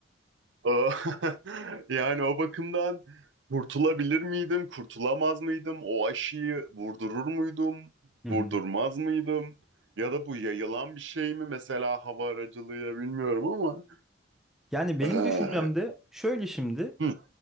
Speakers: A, on the right; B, in the centre.
A: Ee, <laughs> yani o bakımdan kurtulabilir miydim, kurtulamaz mıydım? O aşıyı vurdurur muydum,
B: hı
A: vurdurmaz
B: hı.
A: mıydım? Ya da bu yayılan bir şey mi? Mesela hava aracılığıyla bilmiyorum ama.
B: Yani benim
A: Ee,
B: düşüncem de şöyle şimdi
A: hı,